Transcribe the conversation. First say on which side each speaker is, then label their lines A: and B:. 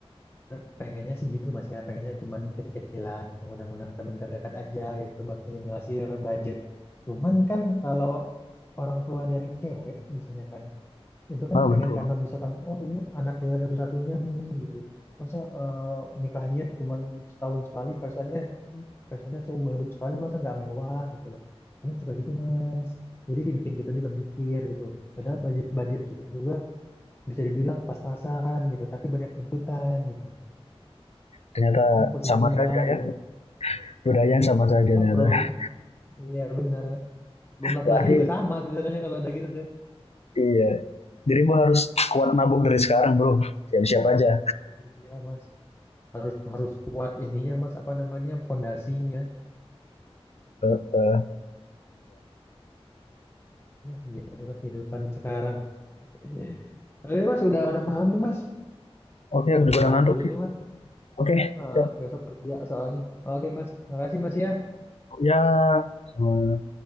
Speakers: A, on the left; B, on the left.
A: Pe- Pengennya sih gitu mas ya. Pengennya cuman kecil-kecilan gitu. Undang-undang teman terdekat aja gitu buat minimalisir budget. Cuman kan kalau orang tua dari cewek biasanya kan itu kan
B: oh
A: pengen
B: betul,
A: kanan misalkan oh ini anak cewek satu-satunya nih gitu masa eh, nikahnya cuman setahun sekali pestanya eh pestanya seumur hidup sekali masa nggak mewah gitu loh ada suka gitu mas jadi bikin kita juga mikir gitu padahal budget budget kita juga bisa dibilang pas-pasan gitu tapi banyak tuntutan gitu
B: ternyata
A: kadang pusing
B: sama
A: juga
B: saja ya,
A: gitu
B: budaya yang sama saja
A: ya
B: ternyata.
A: problem
B: <laughs>
A: ya benar mas belum laki-laki
B: Berarti
A: juga sama sebenarnya kalau udah gitu tuh
B: iya, dirimu harus kuat nabung dari sekarang Bro, siap-siap aja.
A: iya mas harus harus kuat ininya mas apa namanya pondasinya
B: Iya.
A: Ya, gitu deh mas kehidupan sekarang. <laughs> Oke mas, udah udah malam nih mas.
B: Oke, aku
A: Mau
B: juga
A: istirahat
B: udah ngantuk.
A: dulu nih mas.
B: Oke,
A: Heeh,
B: siap.
A: besok kerja soalnya. Oke mas, makasih mas ya.
B: Ya, sama